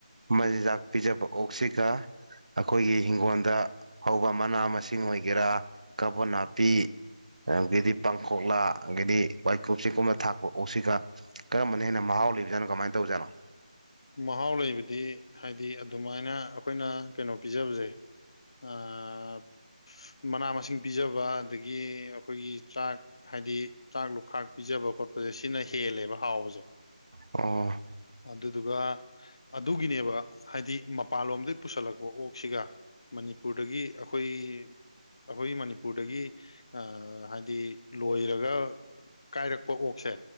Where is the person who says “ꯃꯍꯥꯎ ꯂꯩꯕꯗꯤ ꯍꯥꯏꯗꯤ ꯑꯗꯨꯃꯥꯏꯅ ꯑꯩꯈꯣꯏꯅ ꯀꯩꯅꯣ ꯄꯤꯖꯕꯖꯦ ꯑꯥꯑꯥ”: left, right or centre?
Left